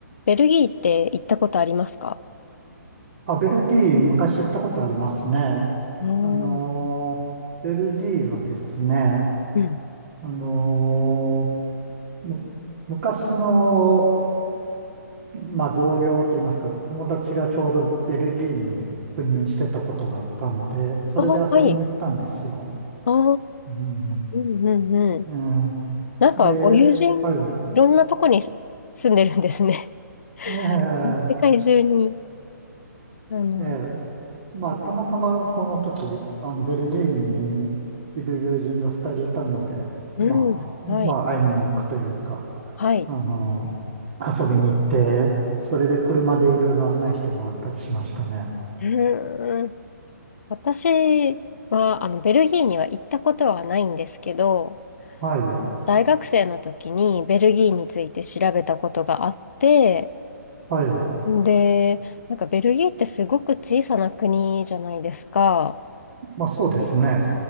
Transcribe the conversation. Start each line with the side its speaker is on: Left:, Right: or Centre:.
Left: ベルギーって行ったことありますか
Right: あ、ベルディ、昔行ったことありますね。
Left: おー
Right: あのーベルディはですね、あ
Left: うん。
Right: のーむ昔の、まあ、同僚といいますか、友達がちょうどベルギーに赴任してたことがあったので、それで遊びに行ったんですよ。
Left: あーはい。ああ、
Right: うん、
Left: うんうんうん。
Right: うん
Left: なんか、
Right: で、
Left: ご友人、
Right: はい。
Left: いろんなとこにす住んでるんですね。
Right: ええ
Left: <laughs> 世界中に。あの、
Right: ええまあ、たまたまその時、あの、ベルギーにいる友人が2人いたので、
Left: うん、
Right: まあ、
Left: はい。
Right: まあ、会いに行くというか、
Left: はい。
Right: あの、遊びに行って、それで車でいろいろ案内してもらったりしましたね。
Left: うーん。私は、あの、ベルギーには行ったことはないんですけど、
Right: はい、
Left: 大学生の時にベルギーについて調べたことがあって、
Right: はい。
Left: で、なんかベルギーってすごく小さな国じゃないですか。
Right: まあ、そうですね。